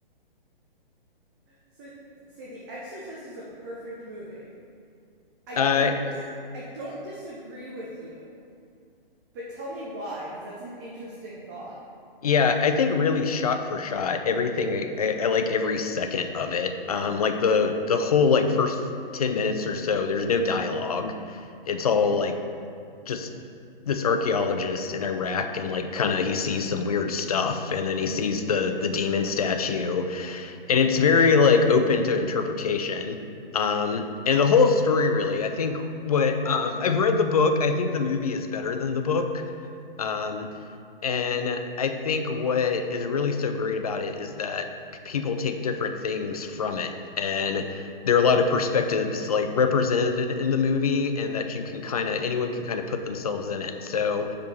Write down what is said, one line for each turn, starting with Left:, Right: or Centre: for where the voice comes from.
Right: So say The Exorcist is a perfect movie. I don't
Left: Uh,
Right: dis- I don't disagree with you, but tell me why, because that's an interesting thought.
Left: yeah, I think really shot for shot, everything I, I, I like every second of it. Um, like the the whole like first 10 minutes or so, there's no dialogue. It's all
Right: Right.
Left: like just this archaeologist in Iraq and like kind of he sees some weird stuff and then he sees the the demon statue and it's very like open to interpretation. Um, and the whole story really, I think what um, I've read the book, I think the movie is better than the book. Um, and I think what is really so great about it is that p- people take different things from it. And there are a lot of perspectives like represented in the movie, and that you can kind of, anyone can kind of put themselves in it. So,